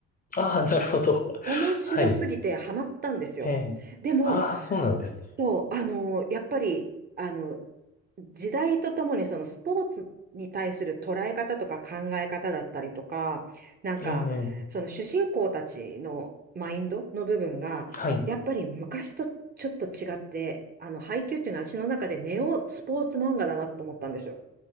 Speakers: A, on the left (about 30°); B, on the right (about 30°).
A: ああ、<laughs> なるほど。
B: 面白すぎてハマったんですよ。
A: <laughs> はい。ええ。
B: でも、
A: ああ、そうなんですね。
B: そう、あの、やっぱり、あの、時代とともにそのスポーツに対する捉え方とか考え方だったりとか、なんかその主人公たちのマインドの部分が、
A: ええ、ええはい。
B: やっぱり昔とちょっと違って、あの、配給っていうのは私の中でネオスポーツ漫画だなと思ったんですよ。